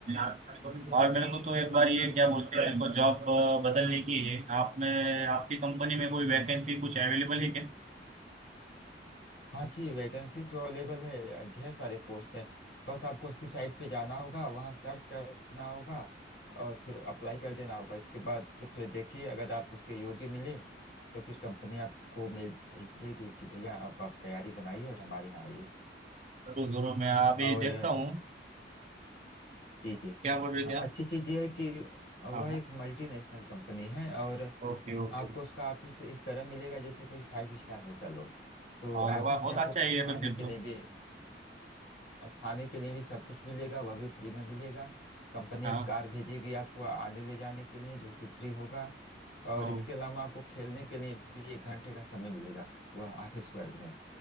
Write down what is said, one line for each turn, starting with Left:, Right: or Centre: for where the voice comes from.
Right: और मेरे को तो एक बार ये क्या बोलते हैं मेरे को जॉब बदलने की है आप में आपकी कंपनी में कोई वैकेंसी कुछ अवेलेबल है क्या
Left: हाँ जी वैकेंसी तो अवेलेबल है ढेर सारे पोस्ट हैं बस आपको उसकी साइट पे जाना होगा वहाँ सर्च करना होगा और फिर अप्लाई कर देना होगा इसके बाद से फिर देखिए अगर आप उसके योग्य मिले तो फिर कंपनी आपको मेल भेजेगी कि भैया आप, आप तैयारी बनाइए और हमारे यहाँ आइए
Right: जरूर जरूर मैं अभी
Left: और
Right: देखता हूँ
Left: जी जी
Right: क्या बोल रहे
Left: अच्छी
Right: थे आप
Left: चीज़ यह है कि
Right: हाँ
Left: वह
Right: हाँ
Left: एक मल्टीनेशनल कंपनी है और
Right: Okay okay
Left: आपको उसका ऑफिस इस तरह मिलेगा जैसे कोई फाइव स्टार होटल हो तो
Right: अरे
Left: ऑफिस
Right: वाह बहुत
Left: में आपको
Right: अच्छा है
Left: खाने
Right: ये तो फिर
Left: के
Right: तो
Left: लिए भी जी। और खाने के लिए भी सब कुछ मिलेगा वह भी फ्री में मिलेगा कंपनी
Right: हाँ
Left: एक कार भेजेगी आपको आने ले जाने के लिए जो कि फ्री होगा और
Right: ओ
Left: इसके अलावा आपको खेलने के लिए भी एक घंटे का समय मिलेगा वह ऑफिस वर्ग में